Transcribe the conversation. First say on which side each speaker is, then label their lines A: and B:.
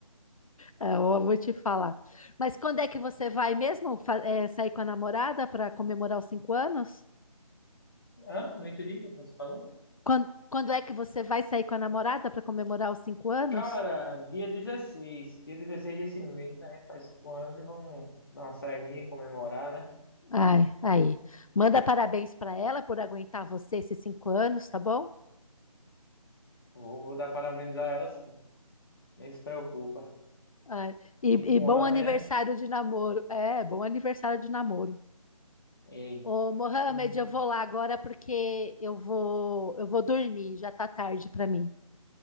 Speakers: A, on the left; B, on the left.
A: É, eu vou te falar. Mas quando é que você vai mesmo fa- é, sair com a namorada para comemorar os cinco anos?
B: Hã? Não entendi o que você falou.
A: Quando, quando é que você vai sair com a namorada para comemorar os cinco anos?
B: Cara, dia dezesseis dia dezesseis desse mês, a gente faz 5 anos e vamos dar uma saidinha, comemorar, né?
A: Ai, aí. Manda parabéns para ela por aguentar você esses cinco anos, tá bom?
B: Vou, vou dar parabéns a ela, sim. Nem se preocupa.
A: Ai, e,
B: cinco
A: e bom
B: anos,
A: aniversário
B: né?
A: de namoro. É, bom aniversário de namoro.
B: Ei,
A: Ô, Mohamed,
B: tudo
A: eu vou lá agora porque eu vou, eu vou dormir, já tá tarde pra mim.